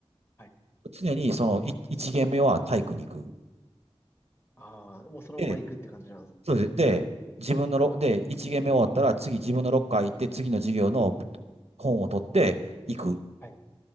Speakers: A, on the left (about 25°); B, on the right (about 80°).
A: はい。
B: 常に、その、い一限目は体育に行く。
A: ああ、もうそのまま行くって感じなんです。
B: で、そうです。で、自分のロ、で、一限目終わったら、次自分のロッカー行って、次の授業の本を取って行く。
A: はい